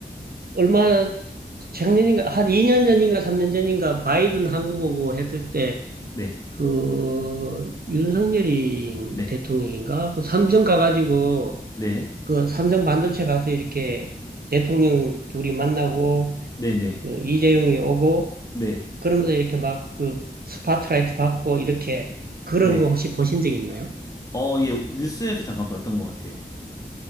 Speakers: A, on the right; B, on the left.
A: 얼마 작년인가 한 2년 전인가 3년 전인가 바이든 한국 오고 했을 때
B: 네.
A: 그 윤석열이
B: 네.
A: 대통령인가 그 삼성 가가지고
B: 네.
A: 그 삼성 반도체 가서 이렇게 대통령 둘이 만나고
B: 네네.
A: 그 이재용이 오고
B: 네.
A: 그러면서 이렇게 막 그 스파트라이트 받고 이렇게 그런
B: 네.
A: 거 혹시 보신 적 있나요?
B: 어, 예, 뉴스에서 잠깐 봤던 것 같아요.